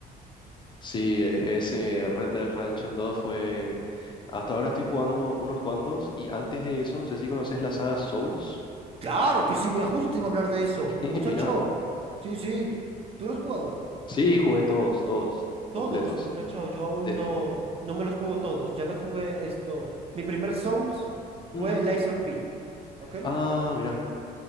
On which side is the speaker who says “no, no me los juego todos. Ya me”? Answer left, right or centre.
Right